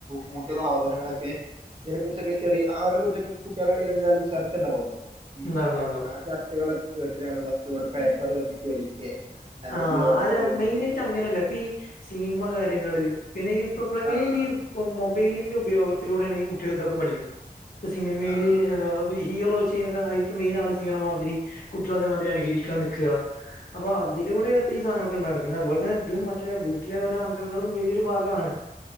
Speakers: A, on the right; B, on the left.
A: കൂട്ട് സഹോദരങ്ങളെ കെ ഇതിനെ കുറിച്ചൊക്കെ ചെറിയ ആ ആരെ കുറിച്ചൊക്കെ കുട്ടികളിടയിൽ എന്താലും ചർച്ച ഉണ്ടാവുല്ലോ. ഉം
B: ഉണ്ടാവും ഉണ്ടാവും ഉണ്ടാവും
A: ആ ചർച്ചകളൊക്കെ കേട്ടിട്ടാണ് ഫസ്റ്റ് ഇവിടെ പേപ്പർ കത്തിച്ചു വലിക്കേ അല്ലെങ്കിൽ
B: ആഹ്
A: ഓലക്കൊടി
B: ആതെ
A: വലിക്കേ
B: മെയിനായിട്ട് അങ്ങനെല്ല പ്പീ സിനിമ കാര്യങ്ങള് പിന്നെ ഈ ഇപ്പ <unintelligible>
A: ആ ആ
B: ഈ മൊബൈലിന്റെ ഉപയോഗത്തിലൂടെയാണ് ഈ കുട്ടികൾ ഇതൊകെ പഠിക്കുന്നത് ഇപ സിനിമയില്
A: ആ ആ
B: എ <unintelligible> ഹീറോ ചെയ്യ അയിത്ത മെയിൻ ആള് ചെയ്യണ മാതിരി കുട്ടികൾ അതേമാതിരി അനുകരിക്കാൻ നിക്കുക അപ്പൊ ആ ഇതിലൂടെ ഇ ഈ സാധങ്ങളൊക്കെ ഉണ്ടാണ് പിന്നെ അതുപോലെ തന്നെ ഇതും മറ്റേ വീട്ടിലെ ഓരോ അംഗങ്ങളും വലിയൊരു ഭാഗമാണ്